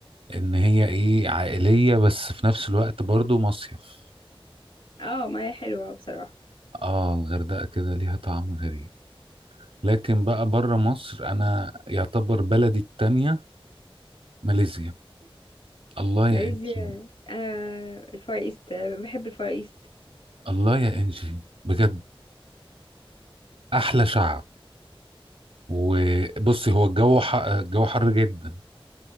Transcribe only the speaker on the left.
اه ما هي حلوة بصراحة
ماليزيا
انا الفار ايست بحب الفار ايست